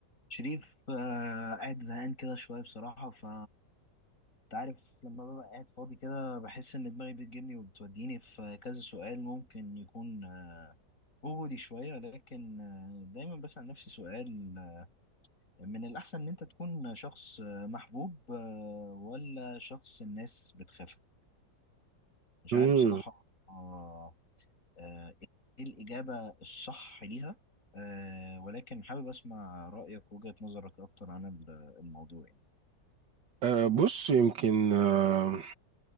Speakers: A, on the left (about 45°); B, on the right (about 75°).
A: شريف آه، قاعد زهقان كده شوية بصراحة ف انت عارف لما ببقى قاعد فاضي كده بحس إن دماغي بتجيبني وبتوديني في كذا سؤال ممكن يكون آه، وجودي شوية لكن آه، دايما بسأل نفسي سؤال آه، من الأحسن إن أنت تكون شخص آه، محبوب آه، ولا شخص الناس بتخاف مش
B: امم
A: عارف بصراحة آه، آه، إيه الإجابة الصح ليها آه، ولكن حابب أسمع رأيك ووجهة نظرك أكتر عن ال- الموضوع يعني
B: أه بص يمكن أه